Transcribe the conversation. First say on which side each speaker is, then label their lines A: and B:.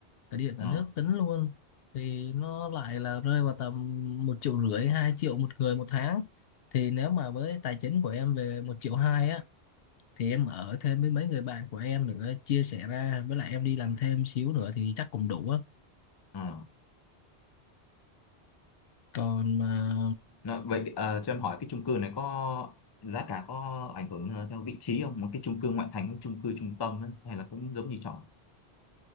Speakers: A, on the left; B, on the left.
A: cả điện
B: ờ
A: cả nước tính luôn thì nó lại là rơi vào tầm một triệu rưỡi hai triệu một người một tháng thì nếu mà với tài chính của em về một triệu hai á thì em ở thêm với mấy người bạn của em nữa chia sẻ ra với lại em đi làm thêm xíu nữa thì chắc cũng đủ á
B: ờ
A: còn mà
B: Nó, vậy ờ, cho em hỏi cái chung cư này có giá cả có ảnh hưởng ờ, theo vị trí không? Một cái chung cư ngoại thành, chung cư trung tâm ấy, hay là cũng giống như trọ?